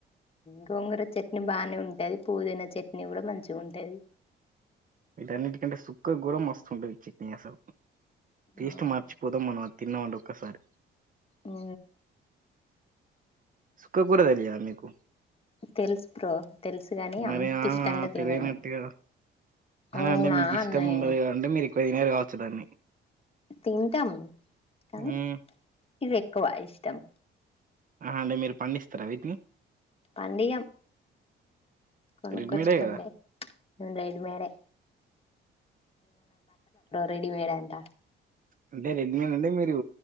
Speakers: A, on the left (about 30°); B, on the right (about 45°).
A: గోంగుర చట్నీ బానే ఉంటాది పుదీనా చట్నీ నీ గూడా మంచిగా ఉంటేది
B: ఇదన్నిటికంటే సుక్క గురం మస్తుండదిచ్చి పసలు ఫస్ట్
A: అవునా
B: మార్చిపోదాం మనం తిన్నామండి ఒక్కసారి
A: ఉ
B: సుక్కకూర తెలియ మీకు
A: తెలుసు బ్రో తెలుసు గాని
B: మరి
A: అంత
B: ఆ
A: ఇష్టంగా తినను
B: తెలియనట్టుగా
A: అవునా
B: అంటే మీకు ఇష్టం
A: అన్న నేను
B: ఉండదు అంటే మీరు ఎక్వదిినరు కావచ్చు దాన్ని
A: తింటాం కానీ
B: ఉమ్
A: ఇది ఎక్కువ ఇష్టం
B: ఆ అంటే మీరు పండిస్తారా వీటి
A: పండ్యం కొనుకొచ్చకండైడ్
B: రెడీమేడే కదా
A: మేడ రెడీమేడ్ అంట
B: అంటే రెడ్ మీన్ అంటే మీరు